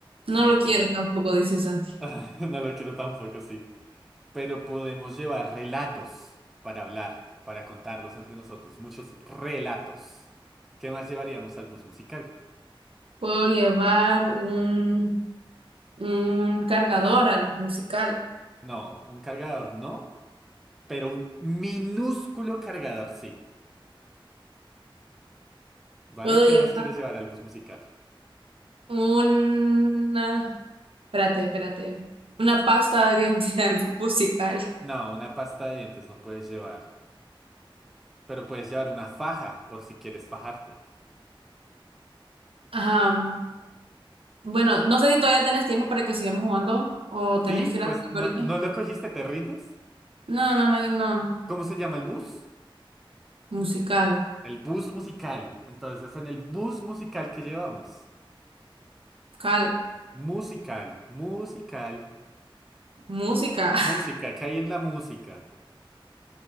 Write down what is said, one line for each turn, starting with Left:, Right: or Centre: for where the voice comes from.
Right: No
Centre: Pero
Right: lo quiero
Centre: po-
Right: tampoco, dice Santi.
Centre: <laughs> no lo quiero tampoco, sí. Pero podemos llevar relatos para hablar, para contarlos entre nosotros. Muchos relatos. ¿Qué más llevaríamos al bus musical?
Right: Puedo llevar un, un cargador al bus musical.
Centre: No, un cargador no, pero un minúsculo cargador sí. ¿Vale?
Right: Puedo
Centre: ¿Qué
Right: llevar
Centre: más quieres llevar al bus musical?
Right: Una, espérate, espérate. Una pasta de dientes <laughs> musical.
Centre: No, una pasta de dientes no puedes llevar. Pero puedes llevar una faja por si quieres fajarte.
Right: Ajá. Bueno, no sé si todavía tenés tiempo para que sigamos jugando o tenés
Centre: Sí,
Right: que ir
Centre: pues
Right: a hacer
Centre: no,
Right: ahorita.
Centre: no lo cogiste, ¿te rindes?
Right: No, no me, no.
Centre: ¿Cómo se llama el bus?
Right: Musical.
Centre: El bus musical. Entonces, en el bus musical que llevamos.
Right: Cal.
Centre: Musical, musical,
Right: Música.
Centre: música.
Right: <laughs>
Centre: ¿Qué hay en la música?